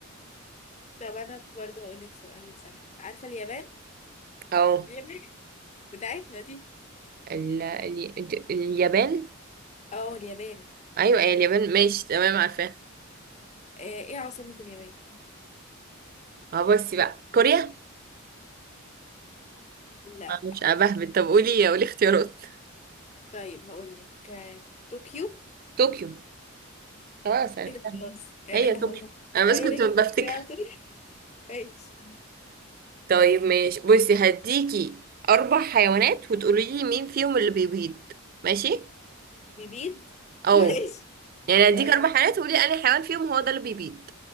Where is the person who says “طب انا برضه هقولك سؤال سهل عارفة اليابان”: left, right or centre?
Left